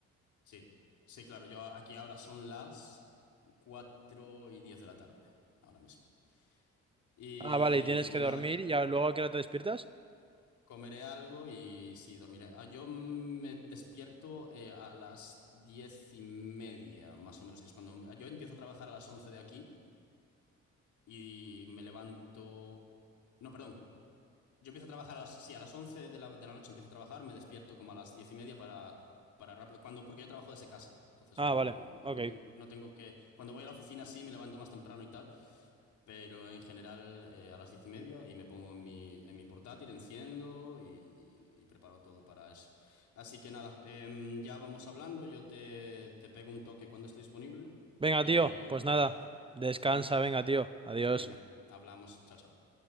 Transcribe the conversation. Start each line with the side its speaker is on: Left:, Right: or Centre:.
Left: Sí, sí, claro, yo aquí ahora son las 4 y 10 de la tarde, ahora mismo. Y,
Right: Ah, vale, y tienes que
Left: y
Right: dormir
Left: nada,
Right: y a-
Left: co-
Right: luego a qué hora te despiertas?
Left: comeré algo y sí, dormiré. Ah, yo me despierto eh, a las diez y media, más o menos, que es cuando... ah, Yo empiezo a trabajar a las 11 de aquí. y me levanto... No, perdón. Yo empiezo a trabajar a las... Sí, a las 11 de la, de la noche empiezo a trabajar, me despierto como a las 10 y media para, para rápido. Cuando, porque yo trabajo desde casa, entonces
Right: Ah,
Left: no,
Right: vale,
Left: no
Right: ok.
Left: tengo, no tengo que... Cuando voy a la oficina sí, me levanto más temprano y tal, pero en general eh, a las 10 y media y me pongo en mi, en mi portátil, enciendo y, y preparo todo para eso. Así que nada, em, ya vamos hablando, yo te, te pego un toque cuando esté disponible
Right: Venga,
Left: y
Right: tío,
Left: volvemos
Right: pues nada,
Left: a hablar.
Right: descansa,
Left: ¿Vale?
Right: venga, tío, adiós.
Left: Venga, hablamos. Chao, chao.